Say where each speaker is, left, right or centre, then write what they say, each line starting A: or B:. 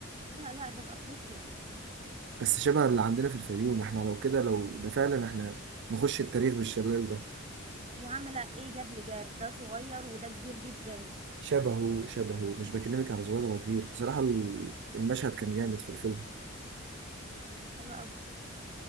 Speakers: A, on the right; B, on the right.
A: لا لا ده في افريقيا
B: بس شبه اللي عندنا في الفيوم احنا لو كده لو ده فعلا احنا نخش التاريخ بالشلال ده
A: يا عم لا ايه جاب لي جاب ده صغير وده كبير جدا
B: شبهه شبهه مش بكلمك على صغير ولا كبير بصراحة ال- المشهد كان جامد في الفيلم
A: صراحه كان حلو قوي